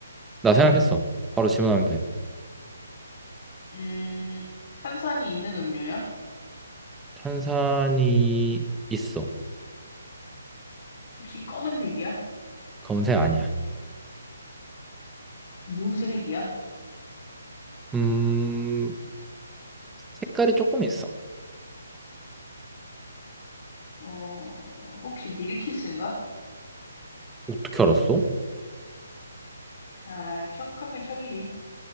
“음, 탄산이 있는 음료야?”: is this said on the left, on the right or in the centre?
Left